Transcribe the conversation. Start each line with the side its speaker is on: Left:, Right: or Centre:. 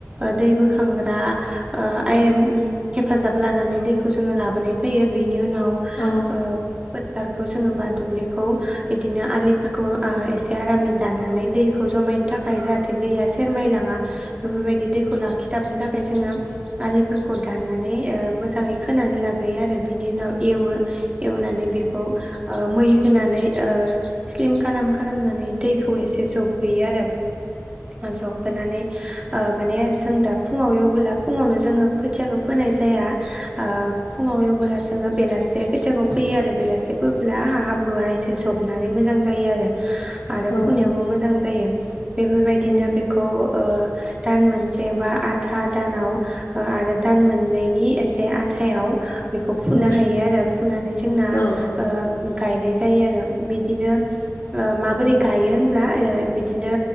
Right: दै बोखांग्रा ओ आयेम उम हेफाजाब लानानै दैखौ जोङो लाबोनाय जायो बेनि उनाव
Left: औ
Right: ओ फोथार खौ बा जोङो दुब्लिखौ इदिनो आलिफोरखौ एसे आरामै दाननानै दै खौ जमायनो थाखाय जाहाथे दैया सेरमाय लाङा। बेफोरबायदि दैखौ लाखिथाबनो थाखाय जोङो आलिफोरखौ दाननानै मोजाङै खोनानै लाग्रोयो आरो बिनि उनाव एवो। एवनानै बेखौ मै होनानै ओ स्लिम खालाम खामाम खालामनानै दैखौ एसे जब हैयो आरोम मोजौ फोनानै ओ माने जों दा फुङाव एवबोला फुङावनो जोङो खोथियाखौ फोनाय जाया ओ फुङाव एवबोला जोङो बेला से खोथियाखौ फैयो आरो बेलासे फैब्ला हा हाब्रुवआ एसे जबनानै मोजां जायो आरो आरो
Left: औ
Right: फुनायावबो मोज नुजायो बेफोरबायदिनो
Left: औ
Right: बेखौ ओ दान मोनसे बा आथा दानाव ओ आरो दान मोननैनि एसे आथायाव बेखौ फुनो
Left: औ
Right: हायो आरो फुनानै जोंना
Left: औ
Right: ओ गायनाय जायो आरो बिदिनो ओ माबोरै गायोन ओयै बिदिनो